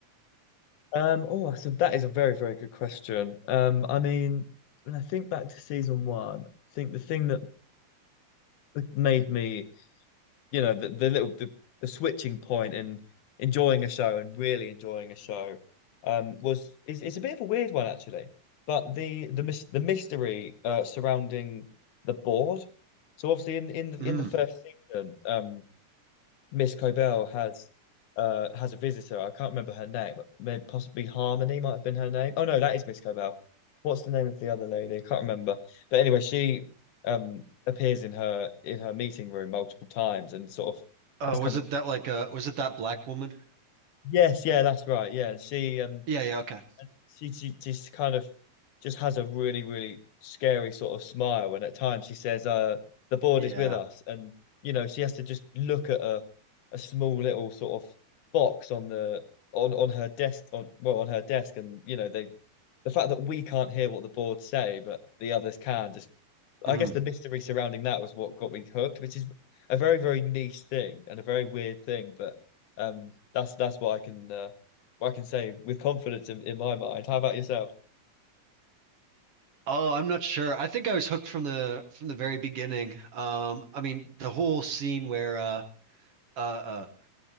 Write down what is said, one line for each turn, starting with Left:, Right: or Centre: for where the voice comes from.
Left: Um, oh, that's a, that is a very, very good question. Um, I mean, when I think back to season one, I think the thing that made me, you know, the, the little the, the switching point in enjoying a show and really enjoying a show, um, was is it's a bit of a weird one actually, but the the mys- the mystery uh surrounding the board. So obviously in in the, in
Right: Mm.
Left: the first season, um, Miss Cobell has uh has a visitor. I can't remember her name. May- Possibly Harmony might have been her name. Oh no, that is Miss Cobell. What's the name of the other lady? I can't remember. But anyway, she um appears in her in her meeting room multiple times and sort of
Right: Oh,
Left: has conversation.
Right: was it that like uh was it that black woman?
Left: Yes, yeah, that's right. Yeah, and she um
Right: Yeah, yeah, okay.
Left: and she, she just kind of just has a really really scary sort of smile and at times she says uh the board
Right: Yeah.
Left: is with us and you know she has to just look at a a small little sort of box on the on on her desk on well on her desk and you know they the fact that we can't hear what the board say but the others can just I
Right: Mm.
Left: guess the mystery surrounding that was what got me hooked, which is a very, very niche thing and a very weird thing. But um, that's that's what I can uh, what I can say with confidence in, in my mind. How about yourself?
Right: Oh, I'm not sure. I think I was hooked from the from the very beginning. Um, I mean, the whole scene where uh uh, uh,